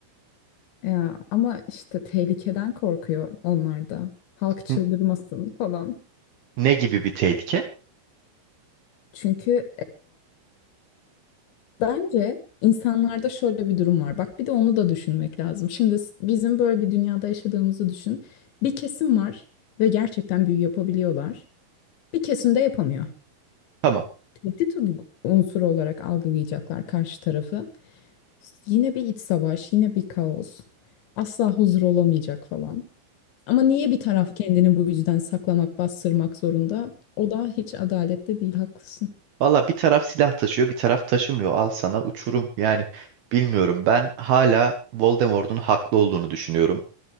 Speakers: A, on the left; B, on the right.
A: Ya ama işte tehlikeden korkuyor onlar da. Halk çıldırmasın
B: N-
A: falan.
B: Ne gibi bir tehlike?
A: Çünkü Bence insanlarda şöyle bir durum var. Bak bir de onu da düşünmek lazım. Şimdi s- bizim böyle bir dünyada yaşadığımızı düşün. Bir kesim var ve gerçekten büyü yapabiliyorlar. Bir kesim de yapamıyor.
B: Tamam.
A: Tehdit u- unsuru olarak algılayacaklar karşı tarafı. Yine bir iç savaş, yine bir kaos. Asla huzur olamayacak falan. Ama niye bir taraf kendini bu yüzden saklamak, bastırmak zorunda? O da hiç adaletli değil, haklısın.
B: Valla bir taraf silah taşıyor, bir taraf taşımıyor. Al sana uçurum. Yani bilmiyorum. Ben hala Voldemort'un haklı olduğunu düşünüyorum.